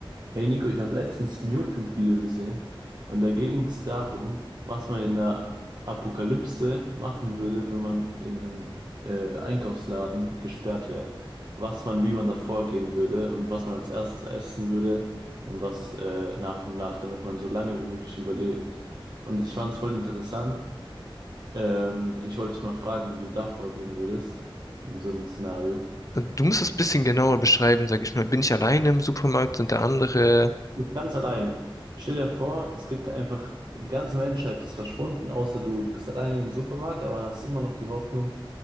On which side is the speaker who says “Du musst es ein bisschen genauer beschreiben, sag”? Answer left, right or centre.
Left